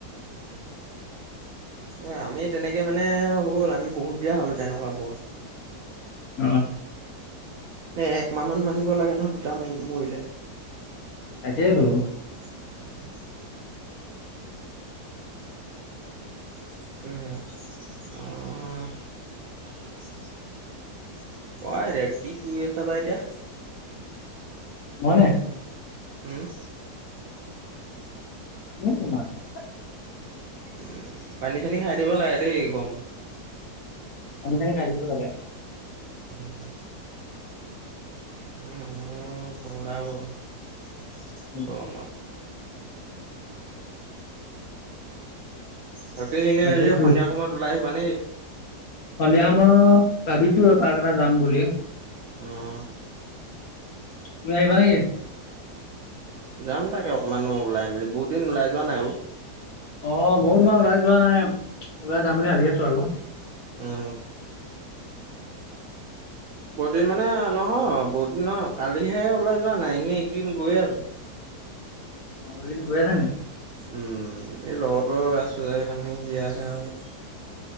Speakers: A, on the right; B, on the left.
A: এ আমি তেনেকে মানে, হ'ল আমি বহুত দিয়া হ'লো তেনেকুৱা বৰত।
B: অহ'।
A: এ একমাহমান মানিব লাগে নহয়, দুটা মাৰি মৰিলে।
B: তাকেই টো।
A: <unintelligible> তাকে অহ'। কৰাই দে, কি কৰি আছা বাহ এতিয়া।
B: মই নে।
A: উম।
B: <unintelligible>
A: উম পানী-চানী খাই থাকিব লাগে দেই গৰমত।
B: পানী-চানি খাই থাকিব লাগে।
A: উম- ম মানুহো পগলা হ'ব ঘৰত
B: উম,
A: গৰমত মত। বাকী আজি এনে
B: তাকেইতো
A: এই সন্ধিয়া সময়ত ওলাই আহিবা নে কি।
B: সন্ধিয়া সময়ত ভাবিছো, পাক এটা যাম বুলি।
A: উম।
B: তুমি আহিবা নে কি।
A: যাম তাকে অকণমান ওলাই মেলি, বহুত দিন ওলাই যোৱা নাই অ'
B: অ' ময় তোমাৰ ওলাই যোৱা নাই ওলাই যাম বুলি ভাবি আছো আৰো
A: উম। বহুত দিন মানে নহয় বহুত দিন নহ কালিহে ওলাই যোৱা নাই এনেই এইকেইদিন গৈয়ে আছো।
B: অ গৈ আছা নি?
A: উম' এই লগতো আছো যে সেইকাৰণে সি আহে আৰু-